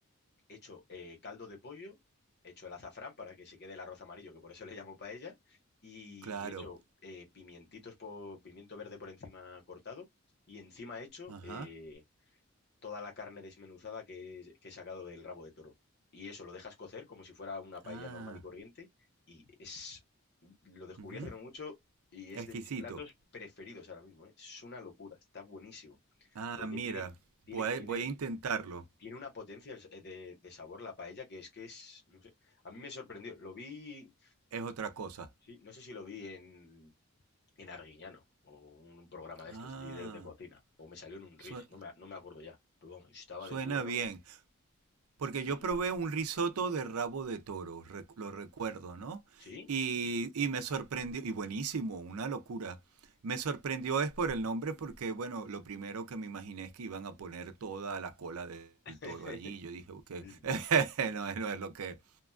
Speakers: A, on the left (about 50°); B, on the right (about 80°).
A: hecho eh, caldo de pollo, hecho el azafrán para que se quede el arroz amarillo, que por eso le llamo paella, y
B: Claro.
A: hecho eh, pimientitos por, pimiento verde por encima cortado, y encima hecho
B: Ajá.
A: eh, toda la carne desmenuzada que, he- que he sacado del rabo de toro. Y eso lo dejas cocer como si fuera una paella
B: Ah.
A: normal y corriente, y es, lo descubrí
B: ujú.
A: hace no mucho. Y es
B: Exquisito.
A: de mis platos preferidos ahora mismo, ¿eh? Es una locura, está buenísimo.
B: Ah,
A: Porque
B: mira,
A: tiene, tiene,
B: voy
A: tiene
B: a, voy a intentarlo.
A: tiene una potencia el eh, de, de sabor la paella que es que es, no sé, a mí me sorprendió. Lo vi,
B: Es otra cosa.
A: sí, no sé si lo vi en, en Arguiñano o un programa de
B: Ah,
A: estos así de, de cocina, o me salió en un
B: su-
A: Reels, no me, no me acuerdo ya, pero vamos, estaba
B: suena
A: de bueno.
B: bien. Porque
A: Sí,
B: yo
A: sí,
B: probé
A: sí.
B: un risotto de rabo de toro, re- lo recuerdo, ¿no?
A: ¿Sí?
B: Y, y me sorprendió, y buenísimo, una locura. Me sorprendió es por el nombre porque, bueno, lo primero que me imaginé es que iban a poner toda la cola de-
A: <laughs>
B: del toro allí. Yo dije, ok,
A: Sí, sí.
B: <laughs> no, no es lo que...